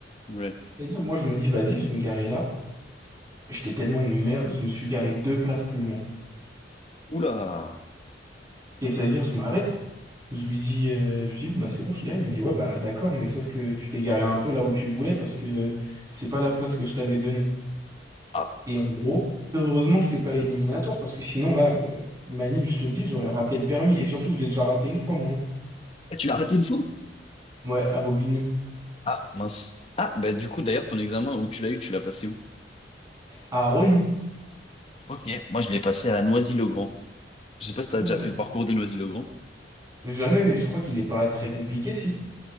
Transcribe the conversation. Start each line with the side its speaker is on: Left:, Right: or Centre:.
Left: Ouais.
Right: C'est-à-dire, moi, je me dis, vas-y, je vais me garer là. J'étais tellement une merde, je me suis garé deux places plus loin.
Left: Oula.
Right: Et c'est à dire, je m'arrête. Je lui dis, euh, je lui dis, bon, bah, c'est bon, je suis là. Il me dit, ouais, bah, d'accord, mais sauf que tu t'es garé un peu là où tu voulais parce que c'est pas la place que je t'avais donnée.
Left: Ah,
Right: Et en gros, heureusement que c'est pas éliminatoire parce que sinon, là, euh, Manil, je te le dis, j'aurais raté le permis. Et surtout, que je l'ai déjà raté une fois, moi. hein.
Left: tu l'as raté une fois?
Right: Ouais, à Bobigny.
Left: Ah, mince. Ah, bah du coup, d'ailleurs, ton examen où tu l'as eu, tu l'as passé où?
Right: À Rony.
Left: Ok, moi je l'ai passé à Noisy-le-Grand. Je sais pas si tu
Right: Oula.
Left: as déjà fait le parcours de Noisy-le-Grand.
Right: Jamais, mais je crois qu'il est pas très compliqué, si.